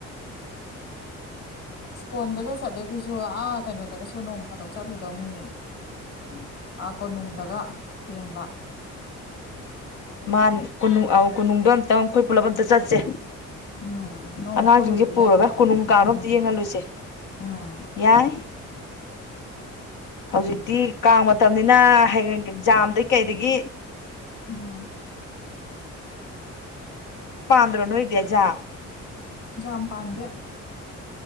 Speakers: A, on the left; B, on the left.
A: ꯁ꯭ꯀꯣꯟꯗ ꯆꯠꯂꯦ ꯑꯩꯈꯣꯏꯁꯨ ꯑꯥ ꯀꯩꯅꯣꯗꯒꯁꯨ ꯅꯣꯡ ꯐꯥꯗꯣꯛ ꯆꯠꯂꯨꯗꯧꯅꯤꯅꯦ
B: ꯎ
A: ꯑꯥ ꯀꯣꯅꯨꯡꯗꯒ ꯌꯦꯡꯕ
B: ꯃꯥꯥꯟ ꯀꯣꯅꯨꯡ ꯀꯣꯅꯨꯡꯗꯣ ꯑꯝꯇꯪ ꯑꯩꯈꯣꯏ ꯄꯨꯂꯞ ꯑꯝꯇ ꯆꯠꯁꯤ ꯁꯦ
A: ꯎꯝ ꯅꯣꯡꯃ
B: ꯑꯉꯥꯡꯁꯤꯡꯁꯦ
A: ꯀꯣꯏꯔꯨꯕꯗꯤ
B: ꯄꯨꯔꯒ
A: ꯌꯥꯏꯗꯅ
B: ꯀꯣꯅꯨꯡ ꯀꯥꯡꯣ
A: ꯎꯝ
B: ꯑꯝꯇ ꯌꯦꯡꯍꯜꯂꯨꯁꯦ
A: ꯎꯝ
B: ꯌꯥꯏ ꯍꯧꯖꯤꯛꯇꯤ ꯀꯥꯡ ꯃꯇꯝꯅꯤꯅ ꯍꯡ ꯑꯦꯛꯖꯥꯝꯗꯒꯤꯩ ꯀꯩꯗꯒꯤ
A: ꯎꯝ
B: ꯄꯥꯟꯗ꯭ꯔꯣꯅ ꯑꯣꯏꯗꯌꯥꯖ
A: ꯀꯌꯥꯝ ꯄꯥꯟꯗꯦ